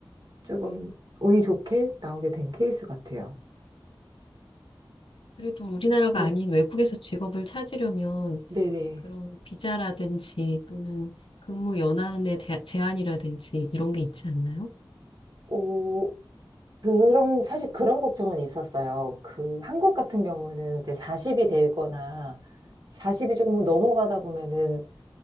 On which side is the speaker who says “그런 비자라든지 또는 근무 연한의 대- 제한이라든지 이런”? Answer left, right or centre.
Left